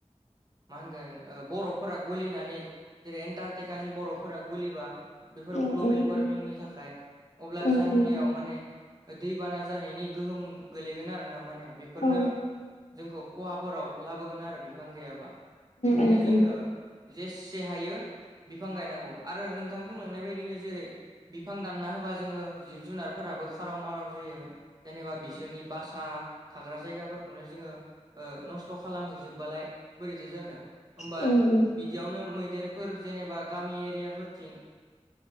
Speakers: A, on the right; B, on the left.
A: मा होनगोन बर'फोरा गलिनानै जेरै एन्टार टेकानि बर'फोरा गुलिबा बेफोर
B: उम
A: ग्लबेल
B: उम
A: वार्मिंनि
B: उम
A: थाखाय अब्ला
B: उम
A: जोंनियाव
B: उम
A: माने दैबाना जानायनि गोहोम गोलैगोन आरो ना माने बेफोरनो
B: औ उम
A: जोंखौ खहाफोराव लाबोगोन आरो बिफां गैयाबा बेखायनो
B: उम उम
A: जोङो जेसे हायो बिफां गायनांगौ आरो नोंथां बुंलांनाय बायदिनो जेरै बिफां दानना होबा जोङो जिब जुनारफोराबो खाराव माराव जायो जेनेबा जोंनि बासा थाग्रा जायगाफोरखौनो जोङो नस्थ' खालामहैजोबबालाय बोरैथो जानो। होमबा
B: राहा
A: बिदियावनो मैदेरफोर जेनेबा गामि एरियाफोरथिं